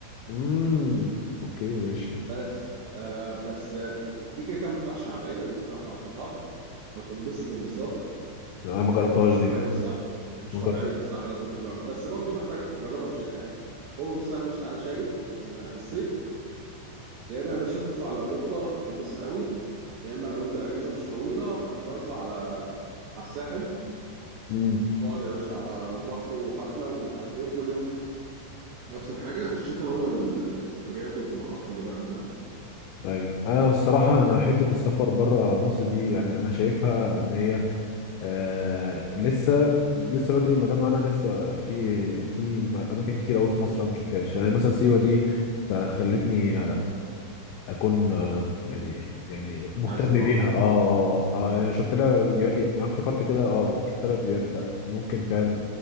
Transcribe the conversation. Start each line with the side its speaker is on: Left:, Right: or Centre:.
Left: امم اوكي ماشي
Right: بس آه بس آه دي كده كده ما بتروحش مع العيلة دي تروح مع الصحاب هتنبسط انبساط
Left: لا، انا ما جربتهاش
Right: مش
Left: دي
Right: طبيعية الصراحة مش
Left: ما
Right: طبيعية
Left: جربت
Right: الصراحة لازم تتجرب بس برضه محتاجة تتجربها في شتاء هو بص انا مش انا شايف ان الصيف يا اما يا باشا تطلع على اوروبا هتنبسط قوي يا اما لو انت الاجازه مش طويله فانت اطلع على على الساحل
Left: امم
Right: اقعد يا باشا ع- وبحر وحفله ومش عارف ايه وكل يوم نفس الحاجه الشتاء هو السفريات وبتبقى اكتر بقى فاهم
Left: ايوه انا الصراحه انا حته السفر بره مصر دي يعني انا شايفها ان هي آه لسه لسه بدري ما دام انا لسه في في اماكن كتير قوي في مصر انا ما شفتهاش يعني مثلا سيوه دي تا- خلتني اكون آه، يعني يعني مهتم
Right: عايز تروح
Left: بيها اه اه اه انا شفت لها فيديوهات يعني أنا افتكرت كده اه شفت لها فيديوهات لا ممكن فعلا